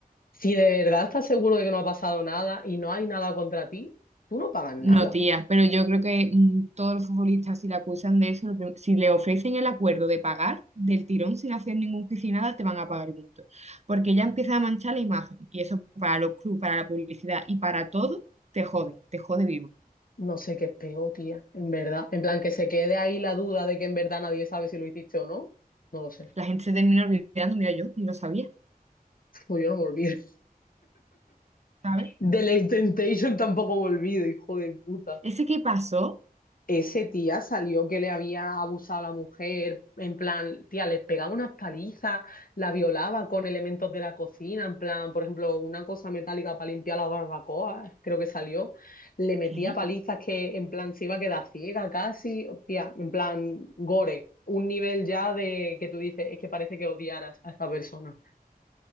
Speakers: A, on the left; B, on the right.
A: si de verdad estás seguro de que no ha pasado nada y no hay nada contra ti, tú no pagas nada.
B: No, tía, pero yo creo que mm, todos los futbolistas, si le acusan de eso, lo prim- si le ofrecen el acuerdo de pagar del tirón sin hacer ningún juicio y nada, te van a pagar y punto. Porque ya empieza a manchar la imagen. Y eso para los clubes, para la publicidad y para todo, te jode, te jode vivo.
A: No sé qué es peor, tía, en verdad. En plan, que se quede ahí la duda de que en verdad nadie sabe si lo hiciste o no. No lo sé.
B: La gente se termina olvidando, mira, yo ni lo sabía,
A: Pues yo no me olvido. <laughs>
B: ¿sabes?
A: De la Temptation tampoco me olvido, hijo de puta.
B: Ese que pasó,
A: Ese tía salió que le había abusado a la mujer, en plan, tía, le pegaba unas palizas, la violaba con elementos de la cocina, en plan, por ejemplo, una cosa metálica para limpiar la barbacoa, creo que salió, le metía
B: ¿qué?
A: palizas que en plan se iba a quedar ciega casi, tía, en plan, gore, un nivel ya de que tú dices, es que parece que odiaras a esta persona.